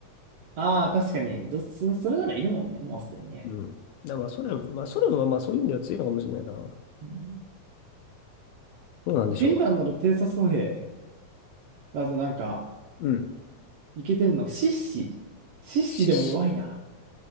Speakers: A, on the right; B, on the left.
A: ああ、確かに。どそ、それならいるもんね、もうすでにね。
B: うん。だからまあ、ソ連、まあ、ソ連はまあ、そういう意味では強いのかもしれないな。ど
A: うん
B: うなんでしょ
A: フィンランドの偵察歩兵だとなんか、
B: う。うん。
A: いけてんの、シッシ。シッシでも弱いな。
B: シッシ。